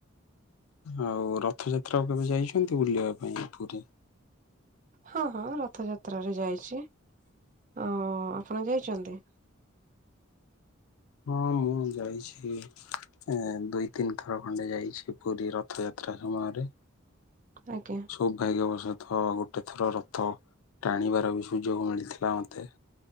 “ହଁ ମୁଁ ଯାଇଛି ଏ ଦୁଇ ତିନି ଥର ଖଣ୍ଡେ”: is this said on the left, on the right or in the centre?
Left